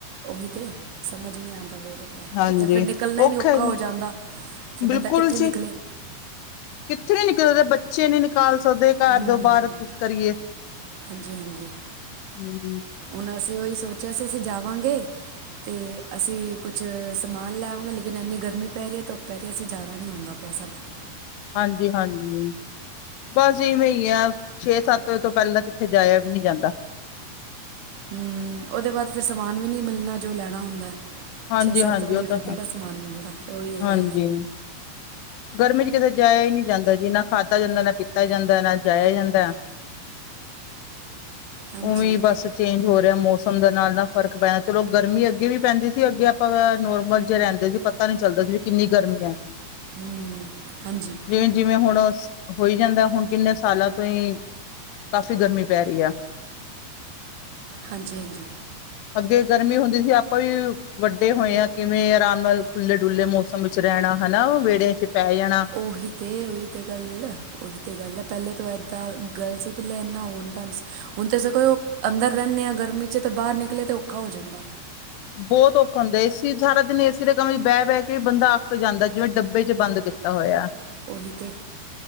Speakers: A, on the right; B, on the left.
A: ਉਹੀ ਤੇ ਸਮਝ ਨੀ ਆਂਦਾ ਵ
B: ਹਾਂਜੀ
A: ਕਿਤੇ ਫਿਰ ਨਿਕਲਣਾ ਹੀ ਨੀ ਔਖਾ
B: ਜੀ
A: ਹੋ ਜਾਂਦਾ। ਫਿਰ
B: ਬਿਲਕੁਲ
A: ਬੰਦਾ ਕਿੱਥੇ
B: ਜੀ
A: ਨਿਕਲੇ।
B: ਕਿੱਥੇ ਨੀ ਨਿਕਲ ਸਕਦੇ ਬੱਚੇ ਨੀ ਨਿਕਾਲ ਸਕਦੇ। ਘਰ
A: ਹੂੰ
B: ਦੋ ਬਾਹਰ ਕਰੀਏ
A: ਹਾਂਜੀ ਹਾਂਜੀ
B: ਹਾਂਜੀ।
A: ਹੁਣ, ਅਸੀਂ ਉਹੀ ਸੋਚਿਆ ਸੀ ਅਸੀਂ ਜਾਵਾਂਗੇ। ਤੇ ਅਸੀਂ ਕੁਛ ਸਮਾਨ ਲੈਵਾਂਗੇ ਲੇਕਿਨ ਇੰਨੀ ਗਰਮੀ ਪੈ ਰਹੀ ਹੈ ਧੁੱਪ ਪੈ ਰਹੀ ਹੈ ਅਸੀਂ ਜਾਣਾ ਨਹੀਂ ਹੁੰਦਾ। ਪ, ਸਾਡਾ <unintelligible>
B: ਹਾਂਜੀ- ਹਾਂਜੀ ਬਸ ਜਿਵੇਂ ਹੀ ਆ ਛੇ ਸੱਤ ਵਜੇ ਤੋ ਪਹਿਲਾਂ ਤਾਂ ਕਿੱਥੇ ਜਾਇਆ ਵੀ ਨਹੀਂ ਜਾਂਦਾ।
A: ਹੂੰ ਉਹਦੇ ਬਾਅਦ ਫਿਰ ਸਮਾਨ ਵੀ ਨੀ ਮਿਲਣਾ ਜੋ ਲੈਣਾ ਹੁੰਦਾ
B: ਹਾਂਜੀ
A: ਛੇ ਸੱਤ
B: ਹਾਂਜੀ
A: ਵਜੇ
B: ਉਹ ਤਾਂ
A: ਫਿਰ ਕਿਹੜਾ
B: ਹੈ
A: ਸਮ ਮਾਨ ਦਾ ਮਿਲਦਾ ਤੇ ਉਹੀ
B: ਹਾਂਜੀ
A: ਗੱਲ ਹੈ।
B: ਗਰਮੀ 'ਚ ਕਿਤੇ ਜਾਇਆ ਹੀ ਨਹੀਂ ਜਾਂਦਾ ਜੀ ਨਾ ਖਾਧਾ ਜਾਂਦਾ ਨਾ ਪੀਤਾ ਜਾਂਦਾ ਨਾ ਜਾਇਆ ਹੀ ਜਾਂਦਾ।
A: ਹਾਂਜੀ
B: ਉਵੇਂ ਬਸ ਚੇਂਜ ਹੋ ਰਿਹਾ ਮੌਸਮ ਦੇ ਨਾਲ ਫ਼ਰਕ ਪੈ ਰਿਹਾ ਚਲੋ ਗਰਮੀ ਅੱਗੇ ਵੀ ਪੈਂਦੀ ਸੀ ਅੱਗੇ ਆਪਾਂ ਨੋਰਮਲ ਜੇ ਰਹਿੰਦੇ ਸੀ। ਪਤਾ ਨੀ ਚੱਲਦਾ ਸੀ ਵੀ ਕਿੰਨੀ ਗਰਮੀ ਹੈ।
A: <inaudible> ਹਾਂਜੀ
B: ਜਿਵੇਂ-ਜਿਵੇਂ ਹੁਣ ਹੋਈ ਜਾਂਦਾ ਹੁਣ ਕਿੰਨੇ ਸਾਲਾਂ ਤੋਂ ਹੀ ਕਾਫ਼ੀ ਗਰਮੀ ਪੈ ਰਹੀ ਹੈ।
A: ਹਾਂਜੀ- ਹਾਂਜੀ
B: ਅੱਗੇ ਗਰਮੀ ਹੁੰਦੀ ਸੀ ਆਪਾਂ ਵੀ ਵੱਡੇ ਹੋਏ ਆ ਕਿਵੇਂ ਆਰਾਮ ਨਾਲ ਖੁੱਲ੍ਹੇ ਡੁੱਲੇ ਮੌਸਮ ਵਿੱਚ ਰਹਿਣਾ ਹਨਾ ਵਿਹੜਿਆਂ 'ਚ ਪੈ ਜਾਣਾ।
A: ਉਹੀ ਤੇ ਉਈ ਗੱਲ ਉਹੀ ਤੇ ਗੱਲ ਹੈ ਪਹਿਲੇ ਤੋਂ ਇੱਦਾ ਗਏ ਸੀ ਪਹਿਲਾ ਇੰਨਾ ਹੁੰਦਾ ਨੀ ਸੀ ਹੁਣ ਤਾਂ ਸਗੋ ਅੰਦਰ ਰਹਨੇ ਹਾ ਗਰਮੀ ਚ ਤਾ ਬਾਹਰ ਨਿਕਲੇ ਤਾ ਔਖਾ ਹੋ ਜਾਂਦਾ।
B: ਬੋਹਤ ਔਖਾ ਹੁੰਦਾ ਏਸੀ ਸਾਰਾ ਦਿਨ ਏਸੀ ਦੇ ਕਮਰੇ ਵਿੱਚ ਬਹਿ- ਬਹਿ ਕੇ ਬੰਦਾ ਅੱਕ ਜਾਂਦਾ ਜਿਵੇਂ ਡੱਬੇ ਵਿਚ ਬੰਦ ਕੀ ਹੋਇਆ।
A: ਉਹੀ ਤੇ